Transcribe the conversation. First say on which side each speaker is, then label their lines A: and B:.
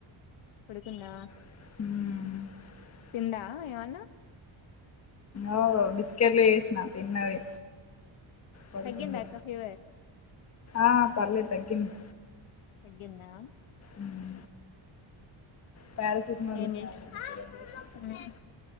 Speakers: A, on the left; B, on the left.
A: పడుకుందా?
B: ఉమ్
A: తిందా ఏమన్నా?
B: ఆ బిస్కెట్లు చేసిన తిన్నది. పడుకుంది
A: తగ్గిందా అక్క ఫీవర్?
B: ఆ పర్లేదు తగ్గింది.
A: తగ్గిందా?
B: ఉమ్ పారాసిటమాల్
A: ఏం చేస్
B: సిరప్ వేసిన తగ్గింది
A: ఉమ్